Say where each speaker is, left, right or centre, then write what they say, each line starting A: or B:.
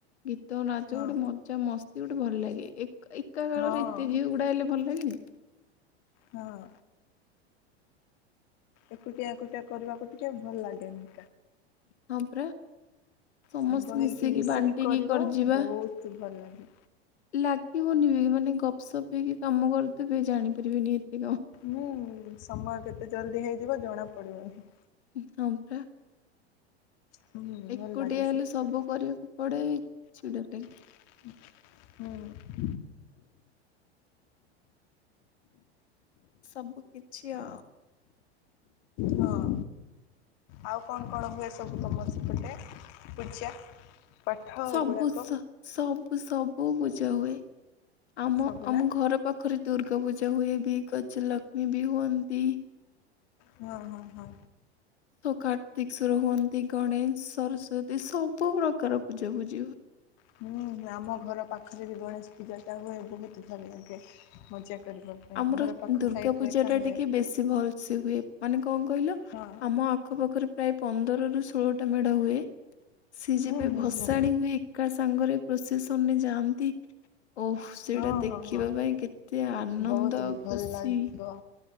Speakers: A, on the left; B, on the left.
A: ଗୀତ ନାଚ
B: ହଁ
A: ଗୋଟେ ମଜା ମସ୍ତି ଗୋଟେ ଭଲ ଲାଗେ। ଏକା ଏକ <unintelligible>
B: ହଁ
A: ଭଲ ଲାଗେନି।
B: ହଁ। ଏକୁଟିଆ ଏକୁଟିଆ କରିବାକୁ ଟିକେ ଭଲ ଲାଗେନି
A: ହଁ ପରା ସମସ୍ତେ
B: ସାଙ୍ଗ ହେଇକି
A: ମିଶିକି ବାଣ୍ଟିକି
B: କରିବ
A: କରିିଯିବା।
B: <unintelligible> ଭଲ ଲାଗେ
A: ଲାଗିବନି ବି ମାନେ ଗପସପ୍ ହେଇକି କାମ କରିଦେବେ ଜାଣିପାରିବେନି ଏତେ କାମ।
B: ହୁଁ ସମୟ କେତେ ଜଲଦି ହେଇଯିବ ଜଣା ପଡିବନି।
A: ହଁ ପରା।
B: ହୁଁ
A: ଏକୁଟିଆ
B: ଭଲ ଲାଗେ
A: ହେଲେ
B: ସେଥିପାଇଁ
A: ସବୁ କରିବାକୁ ପଡେ ଚିଡା ଲାଗେ।
B: ହୁଁ
A: ସବୁ କିଛି ଆଉ
B: ହଁ ଆଉ କଣ କଣ ହୁଏ ସବୁ ତମ ସେପଟେ ପୂଜା ପାଠ
A: ସବୁ
B: ଏଗୁଡାକ
A: ସବୁ ସବୁ ପୂଜା ହୁଏ ଆମ
B: ସବୁ
A: ଆମ
B: ନା
A: ଘର ପାଖରେ ଦୁର୍ଗା ପୂଜା ହୁଏ ବି ଗଜଲକ୍ଷ୍ମୀ ବି ହୁଅନ୍ତି
B: ହଁ ହଁ ହଁ
A: କାର୍ତ୍ତିକସ୍ୱର ହୁଅନ୍ତି ଗଣେଶ ସରସ୍ଵତୀ ସବୁ ପ୍ର୍ରକାର ପୂଜାପୂଜି ହୁଏ
B: ହୁଁ ଆମ ଘର ପାଖରେ ବି ଗଣେଶ ପୂଜାଟା ହୁଏ ବହୁତ ଭଲ ଲାଗେ ମଜା କରିବା- ପାଇଁ
A: ଆମର
B: ଘର ପାଖ
A: ଦୁର୍ଗା
B: ସାଇଡରେ
A: ପୂଜାଟା
B: ଏକା ହୁଏ
A: ଟିକେ ବେଶୀ ଭଲ ସେ ହୁଏ ମାନେ କଣ କହିଲ
B: ହଁ
A: ଆମ ଆଖପାଖରେ ପ୍ରାୟ ପନ୍ଦରରୁ ଷୋହଳଟା ମେଢ ହୁଏ ସି ଯେବେ
B: ହୁଁ ହୁଁ
A: ଭସାଣି
B: ହୁଁ
A: ହୁଏ ଏକା ସାଙ୍ଗରେ ପ୍ରସେସନରେ ଯାଆନ୍ତି ଓଃ ସେଇଟା
B: ହଁ
A: ଦେଖିବା
B: ହଁ ହଁ
A: ପାଇଁ କେତେ ଆନନ୍ଦ
B: ବହୁତ
A: ଆଉ
B: ଭଲ
A: ଖୁସି।
B: ଲାଗିବ